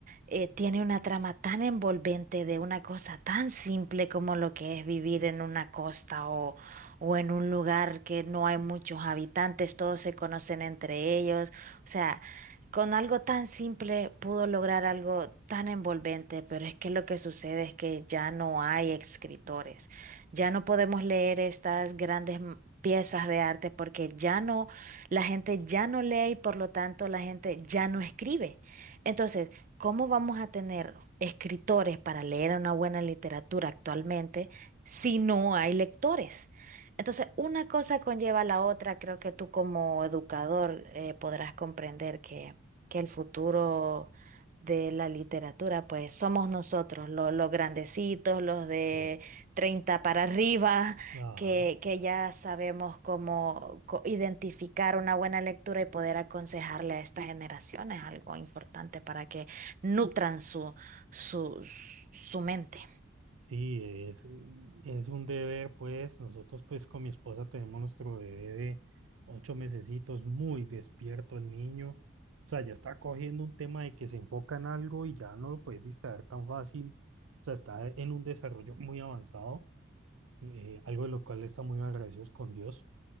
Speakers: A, on the right; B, on the right.
A: eh, tiene una trama tan envolvente de una cosa tan simple como lo que es vivir en una costa o, o en un lugar que no hay muchos habitantes, todos se conocen entre ellos. O sea, con algo tan simple pudo lograr algo tan envolvente, pero es que lo que sucede es que ya no hay escritores. Ya no podemos leer estas grandes m- piezas de arte porque ya no, la gente ya no lee y por lo tanto la gente ya no escribe. Entonces, ¿cómo vamos a tener escritores para leer una buena literatura actualmente si no hay lectores? Entonces, una cosa conlleva a la otra. Creo que tú como educador eh, podrás comprender que, que el futuro de la literatura, pues somos nosotros, lo- los grandecitos, los de
B: Sí.
A: 30 para arriba,
B: Ajá.
A: que, que ya sabemos cómo co- identificar una buena lectura y poder aconsejarle a estas generaciones algo importante para que nutran su, su, su mente.
B: Sí, es, es un deber, pues nosotros pues con mi esposa tenemos nuestro bebé de ocho mesecitos, muy despierto el niño, o sea, ya está cogiendo un tema de que se enfoca en algo y ya no lo puedes distraer tan fácil, o sea, está en un desarrollo muy avanzado, eh, algo de lo cual está muy agradecidos con Dios,